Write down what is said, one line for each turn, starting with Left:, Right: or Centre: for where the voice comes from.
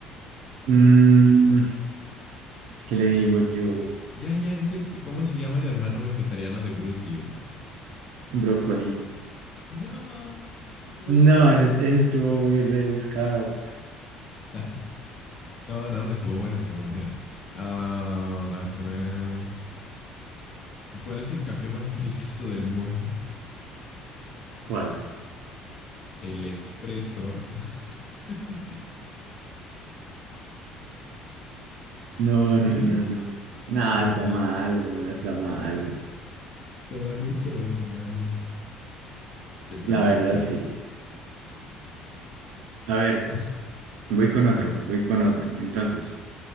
Right: Mm, ¿qué le digo yo?
Left: Ya, ya, este es, ¿cómo se llama el hermano vegetariano de Bruce Lee?
Right: Brócoli.
Left: No, me
Right: No,
Left: robaron
Right: ese,
Left: el.
Right: ese estuvo muy rebuscado.
Left: <laughs> No, no, no estuvo buena. estuvo- mira. Ah, no, este no es. ¿Cuál es el café más <laughs> peligroso del mundo?
Right: ¿Cuál?
Left: El expreso. <laughs>
Right: No,
Left: Ríe,
Right: no, no, no. Nada,
Left: pero
Right: está
Left: ríe.
Right: malo, bola, está malo.
Left: Está maluco. no. Yo creo
Right: La
Left: que
Right: verdad,
Left: está.
Right: sí. A ver,
Left: <laughs>
Right: voy con otro,
Left: Sol-
Right: voy con otro. Entonces,